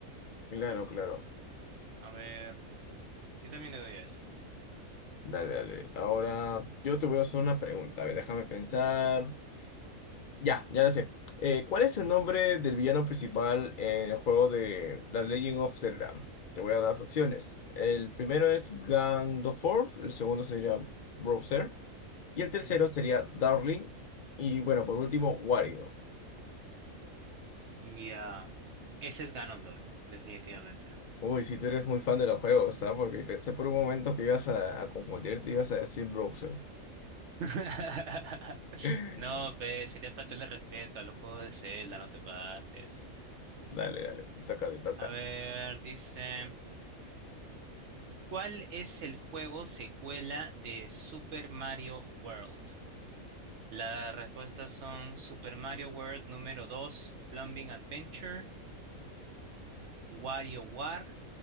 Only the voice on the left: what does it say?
Claro, claro.
Dale, dale. Ahora yo te voy a hacer una pregunta. A ver, déjame pensar. Ya, ya la sé. Eh, ¿cuál es el nombre del villano principal en el juego de The Legend of Zelda? Te voy a dar las opciones. El primero es Ganondorf, el segundo sería Browser. Y el tercero
sería Darling. Y bueno, por último, Wario.
Uy, si tú eres muy fan de los juegos, ¿ah? Porque pensé por un momento que ibas a, a confundirte y ibas a decir browser.
<laughs>
Dale, dale, te toca, te toca.